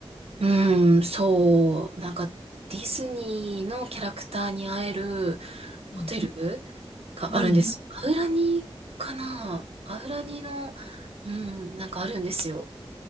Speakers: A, on the right; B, on the left.
A: うん、そう、なんかディズニーのキャラクターに会えるホテル
B: うん。
A: があるんです。
B: うん。
A: アウラニかなアウラニの、うん、なんかあるんですよ。